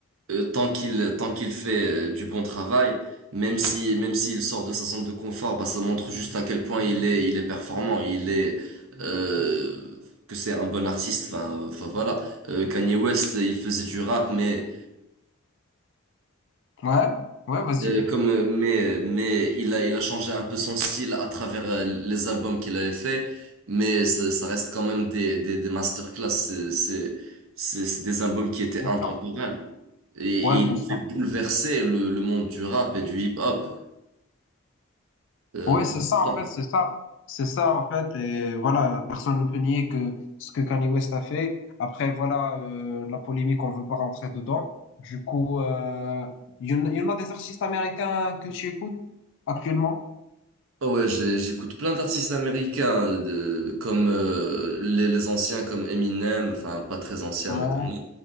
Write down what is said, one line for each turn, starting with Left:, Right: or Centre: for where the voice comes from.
Right: euh, tant qu'il tant qu'il fait euh, du bon travail, même si même s'il sort de sa zone de confort, bah ça montre juste à quel point il est il est performant, il est euh, que c'est un bon artiste. Enfin, enfin voilà. Euh, Kanye West, il faisait du rap, mais
Left: Ouais, ouais, vas-y.
Right: Euh, comme, euh, mais, mais il a, il a changé un peu son style à travers euh, les albums qu'il avait fait, mais ça, ça reste quand même des, des, des masterclass. C'est, c'est, c'est, c'est des albums qui étaient
Left: Bien
Right: intemporels.
Left: sûr.
Right: Et,
Left: Ouais,
Right: et
Left: bien
Right: il
Left: sûr.
Right: fait bouleverser le, le monde du rap et du hip-hop euh,
Left: Ouais,
Right: dans
Left: c'est ça,
Right: le temps.
Left: en fait, c'est ça. C'est ça, en fait. Et voilà, personne ne peut nier que ce que Kanye West a fait. Après, voilà, euh, la polémique, on veut pas rentrer dedans. Du coup, euh, il y, en a il y en a des artistes américains que tu écoutes actuellement?
Right: Ah ouais, j'ai- j'écoute plein d'artistes américains, euh, de, comme euh, les, les anciens comme Eminem, enfin pas très anciens
Left: Ouais,
Right: mais quand même.